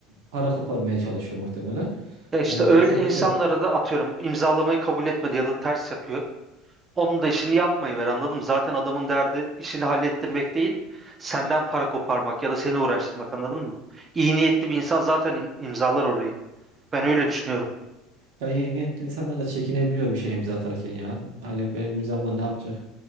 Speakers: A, on the right; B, on the right.
A: para koparmaya çalışıyor muhtemelen.
B: Ya işte
A: Yani
B: öyle
A: çok
B: insanlara
A: da
B: da atıyorum imzalamayı kabul etmedi ya da ters yapıyor. Onun da işini yapmayı ver anladın mı? Zaten adamın derdi işini hallettirmek değil, senden para koparmak ya da seni uğraştırmak anladın mı? İyi niyetli bir insan zaten im- imzalar orayı. Ben öyle düşünüyorum.
A: ya iyi niyetli insanlarla çekinebiliyor bir şey imza atarken ya. Hani benim imzamla ne yapacak?